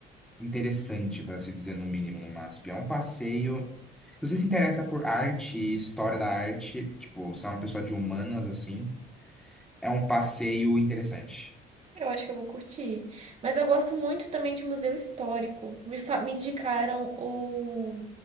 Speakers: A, in the centre; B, on the right.
A: interessante, para se dizer no mínimo, no MASP. É um passeio. Se você se interessa por arte, e história da arte, tipo, você é uma pessoa de humanas assim, é um passeio interessante.
B: eu acho que eu vou curtir. Mas eu gosto muito também de museu histórico. Me, fa- me indicaram o.